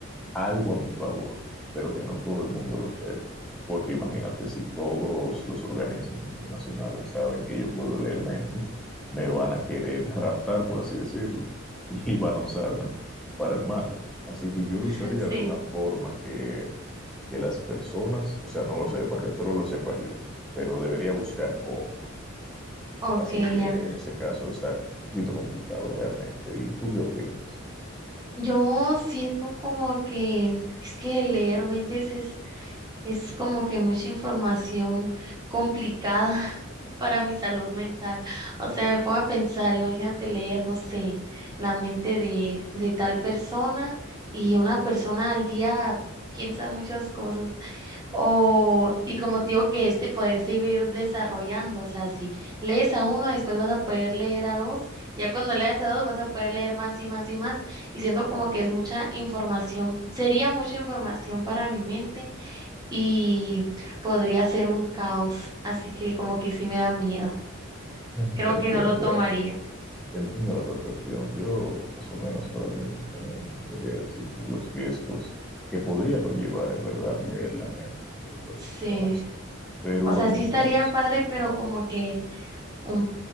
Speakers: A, in the centre; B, on the right.
A: algo a mi favor, pero que no todo el mundo lo sepa. Porque imagínate, si todos los organismos internacionales saben que yo puedo leer mentes, me van a querer raptar, por así decirlo, <laughs> y van a usarme para el mal. Así que yo
B: <laughs>
A: lo usaría
B: Sí,
A: de una forma que, que las personas, o sea, no lo sepan, que solo lo sepa yo, pero debería buscar cómo.
B: ok,
A: Así que
B: ya.
A: en ese caso está un poquito complicado realmente. ¿Y tú qué opinas?
B: Yo siento como que es que leer mentes es, es como que mucha información complicada <laughs> para mi salud mental. O sea, me pongo a pensar, imagínate leer, no sé, la mente de, de tal persona y una persona al día piensa muchas cosas. O, y como te digo, que este poder se iba a ir desarrollando, o sea, si lees a uno, después vas a poder leer a dos, ya cuando leas a dos vas a poder leer más y más y más, y siento como que es mucha información, sería mucha información para mi mente y podría ser un caos, así que como que sí me da miedo,
A: <laughs>
B: creo
A: Te entiendo
B: que no lo tomaría,
A: ah. Te entiendo a la perfección. Yo voy más o menos por el mismo camino, se podría decir, por los riesgos que podría conllevar en verdad leer la mente de otras
B: sí,
A: personas. Pero
B: o sea,
A: entonces,
B: sí estaría padre, pero como que un,